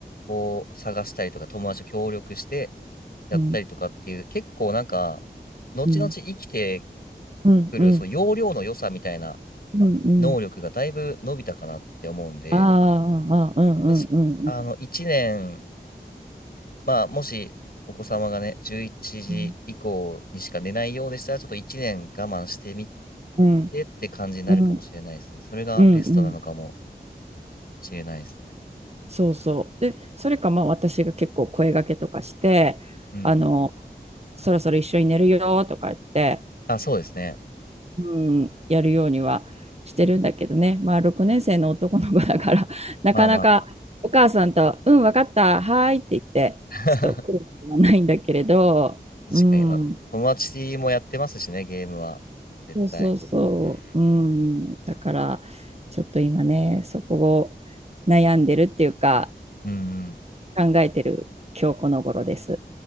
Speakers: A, on the left (about 60°); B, on the right (about 35°).
A: こう、探したりとか、友達と協力してやったりとかっていう、
B: うん
A: 結構なんか、後々生きて
B: うんうんうんうん
A: くる、その要領の良さみたいな、
B: うんうん
A: 能力がだいぶ伸びたかなって思うんで、
B: ああああうんうんうん
A: 確か、あの、1年、まあ、もしお子様がね、11時以降にしか寝ないようでしたら、
B: うん
A: ちょっと1年我慢してみ
B: うん
A: てって感じになるかもしれないですね。
B: うん
A: それがベストなのかも
B: うんうん
A: しれないですね。
B: そうそうでそれかまあ私が結構声掛けとかしてあの
A: うんうん。
B: そろそろ一緒に寝るよとか言って
A: あ、そうですね。
B: うん、やるようにはしてるんだけどね、まあ、6年生の男の子だから、
A: うん。
B: <laughs> なかなかお母さんと、
A: まあまあまあ。
B: うん、分かった、はいって言って、
A: <laughs>
B: ちょっと来ることはないんだけれど、
A: 確かに、
B: うん、
A: まあ、友達もやってますしね、ゲームは。絶対。
B: そうそうそう、
A: うん
B: うん、だから、ちょっと今ね、そこを悩んでるっていうか、
A: うん。うんうん
B: 考えてる今日この頃です。